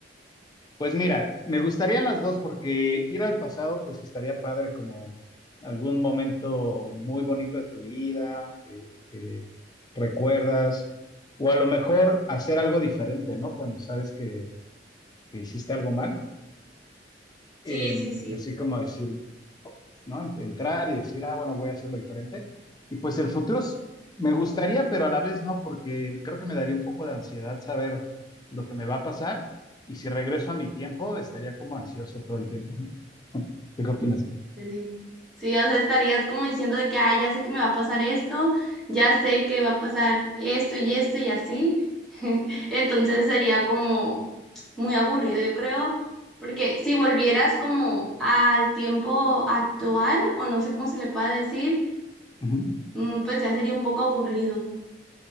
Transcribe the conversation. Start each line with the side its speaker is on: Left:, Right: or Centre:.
Left: Pues mira, me gustarían las dos porque ir al pasado pues estaría padre como algún momento muy bonito de tu vida que, que recuerdas o a lo mejor hacer algo diferente, ¿no? Cuando sabes que, que hiciste algo mal,
Centre: Sí,
Left: eh,
Centre: sí, sí.
Left: así como decir, ¿no? Entrar y decir, ah, bueno, voy a hacerlo diferente. Y pues el futuro es- me gustaría, pero a la vez no, porque creo que me daría un poco de ansiedad saber lo que me va a pasar. Y si regreso a mi tiempo, estaría como ansioso todo el tiempo, ¿no? ¿Tú qué opinas?
Centre: Sí, Sí, o sea, estarías como diciendo de que, ah, ya sé que me va a pasar esto, ya sé que va a pasar esto y esto y así. <laughs> Entonces sería como muy aburrido, yo creo, porque si volvieras como al tiempo actual, o no sé cómo se le pueda decir,
Left: Ujú.
Centre: mm, pues ya sería un poco aburrido.